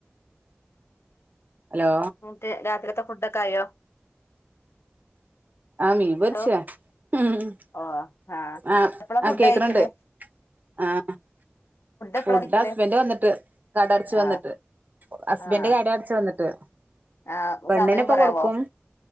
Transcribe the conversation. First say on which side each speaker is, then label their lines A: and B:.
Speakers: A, on the right; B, on the left.
A: ഹലോ
B: തെ രാത്രിത്തെ ഫുഡ്‌ ഒക്കെ ആയോ
A: ആ മീൻ പൊരിച്ച
B: അതോ
A: ഉം
B: ഓ ആഹ്
A: ആ
B: എപ്പളാ
A: ആ
B: ഫുഡ്
A: കേക്കണണ്ട്
B: കഴിക്കല്
A: ആഹ് ഫുഡ്
B: എപ്പളാ കഴിക്കല്
A: ഹസ്ബന്റ് വന്നിട്ട് കട അടച്ച് വന്നിട്ട്
B: ആഹ്
A: ഹസ്ബന്റ്
B: ആഹ്
A: കട അടച്ച് വന്നിട്ട്
B: ആഹ്
A: പെണ്ണിനിപ്പോ
B: സമയം പറയാവോ
A: കൊടുക്കും